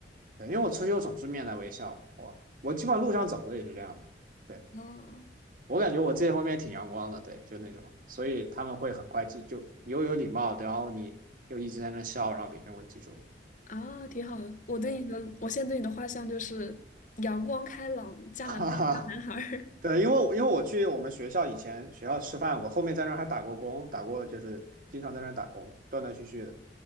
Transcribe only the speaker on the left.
<laughs> 哦
啊，挺好的。我对你的，
我现在对你的画像就是阳光开朗、
加拿大大男孩儿